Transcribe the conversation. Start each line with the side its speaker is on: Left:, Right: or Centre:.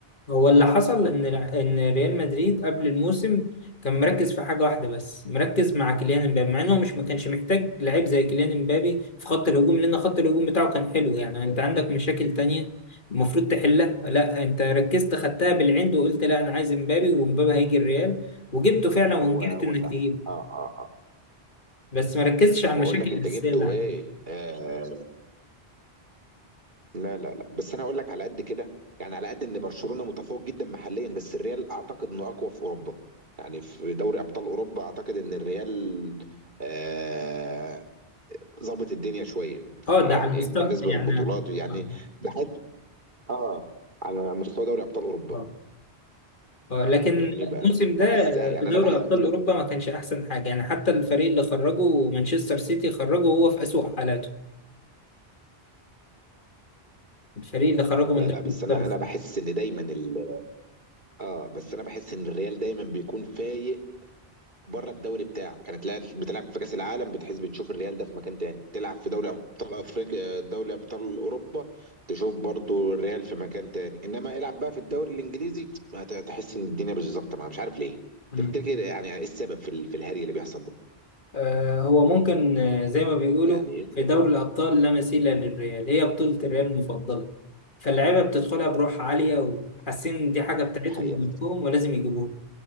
Left: هو اللي حصل ان الع- ان ريال مدريد قبل الموسم كان مركز في حاجه واحده بس مركز مع كيليان امبابي مع انه مش ما كانش محتاج لعيب زي كيليان امبابي في خط الهجوم لان خط الهجوم بتاعه كان حلو يعني انت عندك مشاكل تانية المفروض تحلها لا انت ركزت خدتها بالعند وقلت لا انا عايز امبابي وامبابي هيجي الريال وجبته فعلا ونجحت
Right: هو هو
Left: انك
Right: فعلا
Left: تجيبه
Right: اه اه اه
Left: بس ما ركزتش على المشاكل
Right: واقول لك انت
Left: الاساسيه
Right: جبته
Left: اللي عندك
Right: ايه آه لا لا لا بس انا هقول لك على قد كده يعني على قد ان برشلونه متفوق جدا محليا بس الريال اعتقد انه اقوى في اوروبا يعني في دوري ابطال اوروبا اعتقد ان الريال آه، ظبط الدنيا شويه
Left: اه
Right: يعني
Left: ده على المستوى
Right: بالنسبه
Left: يعني
Right: للبطولات يعني
Left: آه.
Right: بحس اه على مستوى دوري ابطال اوروبا
Left: آه. اه لكن
Right: فاهمني ب-
Left: الموسم
Right: بحسها
Left: ده
Right: يعني
Left: في دوري
Right: انا بحس
Left: ابطال
Right: إن-
Left: اوروبا ما كانش احسن حاجه يعني حتى الفريق اللي خرجه مانشستر سيتي خرجه هو في اسوأ حالاته الفريق اللي خرجه من
Right: لا
Left: دوري
Right: لا بس
Left: الابطال
Right: انا انا بحس ان دايما ال... اه بس انا بحس ان الريال دايما بيكون فايق بره الدوري بتاعه يعني تلاقي بتلعب في كاس العالم بتحس بتشوف الريال ده في مكان تاني تلعب في دوري ابطال افريقيا دوري ابطال اوروبا تشوف برضو الريال في مكان تاني انما العب بقى في الدوري الانجليزي هت- هتحس ان الدنيا مش ظابطه معاه مش عارف ليه
Left: مم.
Right: تفتكر يعني ايه السبب في ال- في الهري اللي بيحصل ده
Left: آه هو ممكن آه، زي ما بيقولوا
Right: يعني ايه السبب؟
Left: في دوري الابطال لا مثيل للريال هي بطوله الريال المفضله فاللعيبه بتدخلها بروح عاليه وحاسين دي حاجه بتاعتهم
Right: الحقيقه
Left: وملكهم ولازم يجيبوها